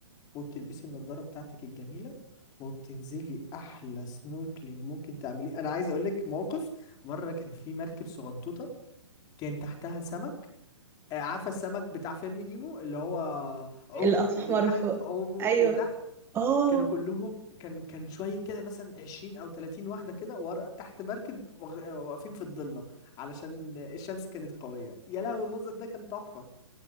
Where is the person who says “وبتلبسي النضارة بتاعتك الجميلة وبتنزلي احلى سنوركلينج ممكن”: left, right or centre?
Left